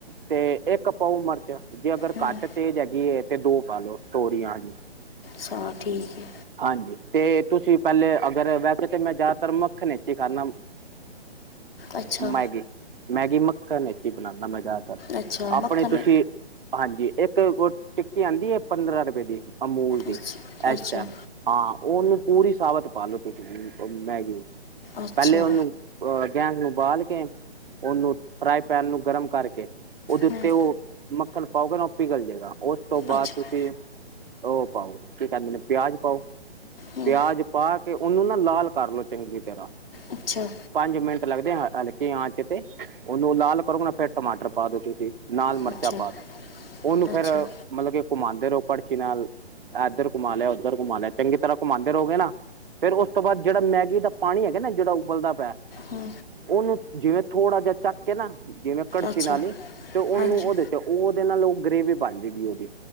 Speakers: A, on the right; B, on the left.
A: ਤੇ ਇੱਕ ਪਾਊ ਮਿਰਚ। ਜੇ ਅਗਰ
B: ਹਮ,
A: ਘੱਟ ਤੇਜ਼ ਹੈਗੀ ਹੈ ਤੇ ਦੋ ਪਾਲੋ ਤੋਰੀਆਂ ਜ।
B: ਚਲ ਠੀਕ ਐ।
A: ਹਾਂਜੀ। ਤੇ ਤੁਸੀਂ ਪਹਿਲੇ ਅਗਰ ਵੈਸੇ ਤਾਂ ਮੈਂ ਜ਼ਿਆਦਾਤਰ ਮੱਖਣ ਵਿਚ ਹੀ ਖਾਣਾਂ।
B: ਅੱਛਾ
A: ਮੈਗੀ, ਮੈਗੀ ਮੱਕਣ ਹੀ ਬਣਾਉਦਾ ਮੈਂ ਜ਼ਿਆਦਾਤਰ।
B: ਅੱਛਾ
A: ਆਪਣੇ
B: ਮੱਖਣ
A: ਤੁਸੀਂ ਹਾਂਜੀ। ਇੱਕ ਟਿੱਕੀ ਆਉਂਦੀ ਹੈ, ਪੰਦਰਾਂ ਰੁਪਏ ਦੀ ਅਮੂਲ ਦੀ,
B: ਅੱਛਾ
A: ਇਸ
B: ਅੱਛਾ
A: ਟਾਈਮ। ਹਾਂ। ਉਹਨੂੰ ਪੂਰੀ ਸਾਬਤ ਪਾ ਲੋ ਤੁਸੀਂ ਮੈਗੀਵਿਚ।
B: ਅੱਛਾ
A: ਪਹਿਲੇ ਉਹਨੂੰ ਅਹ ਗੈਂਸ ਨੂੰ ਬਾਲ ਕੇ, ਉਹਨੂੰ ਫਰਾਈ ਪੈਨ ਨੂੰ ਗਰਮ ਕਰਕੇ ਉਹਦੇ ਉੱਤੇ
B: ਹਮ,
A: ਉਹ ਮੱਖਣ ਪਾਓਗੇ, ਨਾ ਉਹ ਪਿਘਲ ਜਾਏਗਾ। ਉਸ ਤੋਂ ਬਾਅਦ
B: ਅੱਛਾ
A: ਤੁਸੀਂ ਉਹ ਪਾਓ। ਕੀ ਕਰਦੇੈਨ ਪਿਆਜ ਪਾਓ।
B: ਹਮ,
A: ਪਿਆਜ ਪਾ ਕੇ ਉਹਨੂੰ ਨਾ ਲਾਲ ਕਰਲੋ ਚੰਗੀ ਤਰ੍ਹਾਂ।
B: ਅੱਛਾ।
A: ਪੰਜ ਮਿੰਟ ਲੱਗਦੇ ਹਲਕੇ ਆਂਚ ਤੇ ਉਹਨੂੰ ਲਾਲ ਕਰੋ ਨਾ, ਫੇਰ ਟਮਾਟਰ ਪਾ ਦੋ ਤੁਸੀਂ। ਨਾਲ ਮਿਰਚਾਂ
B: ਅੱਛਾ
A: ਪਾ ਦਿਓ। ਉਹਨੂੰ ਫੇਰ
B: ਅੱਛਾ
A: ਮਤਲਬ ਕਿ ਘੁਮਾਉਂ ਰਹੋ ਕੜਛੀ ਨਾਲ ਇਧਰ ਘੁਮਾ, ਲਿਆ ਉੱਧਰ ਘੁਮਾ ਲਿਆ ਚੰਗੀ ਤਰ੍ਹਾਂ ਘੁਮਾਉਦੇ ਰਹੋਗੇ ਨਾ। ਫੇਰ ਉਸ ਤੋਂ ਬਾਅਦ ਜਿਹੜਾ ਮੈਗੀ ਦਾ ਪਾਣੀ ਹੈਗਾ ਨਾ, ਜਿਹੜਾ ਉਬਲਦਾ ਪਿਆ।
B: ਹੂੰ
A: ਉਹਨੂੰ ਜਿਵੇਂ ਥੋੜ੍ਹਾ ਜਿਹਾ ਚੱਕ ਕੇ ਨਾ। ਜਿਵੇਂ ਕੜਛੀ
B: ਅੱਛਾ
A: ਨਾਲੀ ਈ, ਤੇ ਉਹਨੂੰ
B: ਹਾਂਜੀ
A: ਉਹਦੇ ਤੇ ਉਹ ਉਹਦੇ ਨਾਲ ਉਹ ਗਰੇਵੀ ਬਣ ਜਾਏਗੀ ਉਹਦੀ।